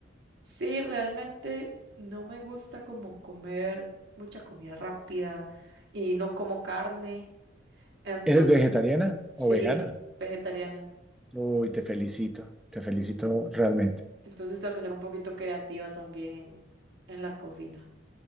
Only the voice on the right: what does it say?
Sí, realmente no me gusta como comer mucha comida rápida y no como carne, entonces
sí,
vegetariana.
Entonces tengo que ser un poquito creativa también en, en la cocina.